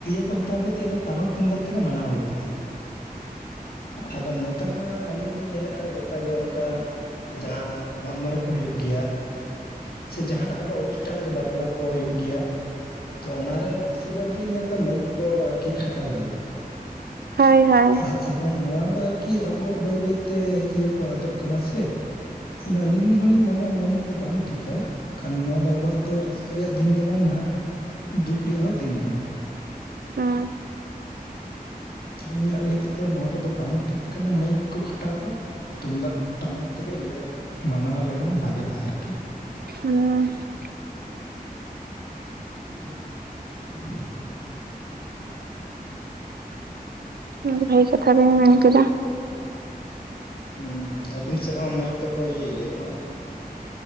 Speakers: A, on the left; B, on the right.
A: ᱠᱚ ᱦᱟᱛᱟᱣ ᱠᱮᱫ ᱛᱮ ᱟᱫᱚ ᱴᱟᱢᱟᱠ ᱛᱩᱢᱫᱟᱜ ᱛᱮᱜᱮ ᱢᱟᱱᱟᱣ ᱦᱩᱭ ᱠᱚᱜ ᱛᱤ ᱦᱟᱫᱚ ᱱᱮᱛᱟᱨ ᱢᱟ ᱟᱹᱞᱤᱧ ᱫᱚᱞᱤᱧ ᱧᱮᱞᱮᱫᱼᱟ ᱜᱚᱴᱟᱜ ᱜᱮ ᱚᱱᱠᱟ ᱡᱟᱸ ᱢᱟᱜ ᱢᱚᱬᱮ ᱠᱚ ᱦᱩᱭᱩᱜ ᱜᱮᱭᱟ ᱾ ᱥᱮ ᱡᱟᱦᱟᱱᱟᱜ ᱟᱵᱚᱣᱟᱜ ᱚᱱᱩᱥᱴᱟᱱ ᱜᱮ ᱵᱟᱯᱞᱟ ᱠᱚ ᱦᱩᱭᱩᱜ ᱜᱮᱭᱟ ᱾ ᱛᱚ ᱚᱱᱟ ᱨᱮ ᱵᱮᱥᱤᱨ ᱵᱷᱟᱜᱽ ᱜᱮᱞᱤᱧ ᱧᱮᱞᱫᱟ ᱢᱟᱹᱭᱤᱠ ᱠᱚ ᱟᱨᱠᱤ ᱠᱷᱟᱴᱟᱣ ᱜᱮᱭᱟ
B: ᱦᱳᱭ ᱦᱳᱭ
A: ᱟ-ᱟᱫᱚ ᱱᱚᱣᱟ ᱫᱚ ᱟᱨ ᱠᱤ ᱟᱵᱚᱣᱟᱜ ᱵᱟᱹᱭ ᱵᱟᱹᱭᱛᱮ ᱤᱭᱟᱹ ᱠᱚ ᱟᱫᱚᱜ ᱠᱟᱱᱟ ᱥᱮ ᱾ ᱟᱫᱚ ᱟᱹᱞᱤᱧ ᱦᱚᱸᱞᱤᱧ ᱢᱚᱱᱮᱭᱟ ᱢᱟᱹᱭᱤᱠ ᱫᱚ ᱵᱟᱝ ᱴᱷᱤᱠᱟ ᱠᱟᱱᱚᱣᱟ ᱫᱚ ᱟᱵᱚᱣᱟᱜ ᱫᱚ ᱨᱟᱹᱥᱠᱟᱹ ᱨᱮᱭᱟᱜ ᱫᱤᱱ ᱫᱚ ᱵᱟᱝ ᱱᱟᱦᱟᱜ ᱫᱩᱠ ᱨᱮᱭᱟᱜ ᱦᱚᱸ ᱫᱤᱱ ᱠᱟᱱᱟ <inaudible>
B: ᱦᱮᱸ
A: ᱟ. ᱞᱤᱧᱟᱜ ᱞᱟᱹᱭ ᱛᱮᱫᱚ ᱱᱚᱣᱟ ᱠᱚᱫᱚ ᱵᱟᱝ ᱴᱷᱤᱠ ᱠᱟᱱᱟ ᱢᱟᱹᱭᱤᱠ ᱠᱚ ᱠᱷᱟᱴᱟᱣ ᱫᱚ, ᱛᱩᱢᱫᱟᱜ ᱴᱟᱢᱟᱠ ᱛᱮᱜᱮ ᱤᱭᱟᱹ ᱢᱟᱱᱟᱣ ᱞᱮᱠᱷᱟᱱ ᱵᱷᱟᱜᱤᱮᱜᱼᱟ ᱟᱨᱠᱤ
B: ᱦ <unintelligible>
A: <unintelligible>
B: ᱢᱚᱡᱽ ᱵᱷᱟᱹᱜᱮ ᱠᱟᱛᱷᱟ ᱵᱮᱤᱱ ᱢᱮᱱ ᱠᱮᱫᱟ
A: ᱦᱩᱸ ᱟᱹᱵᱤᱱ ᱥᱮᱫ ᱦᱚᱸ ᱢᱟᱹᱭᱤᱠ ᱫᱚᱠᱚ ᱤᱭᱟᱹᱭ ᱜᱮᱭᱟ ᱵᱟᱝ?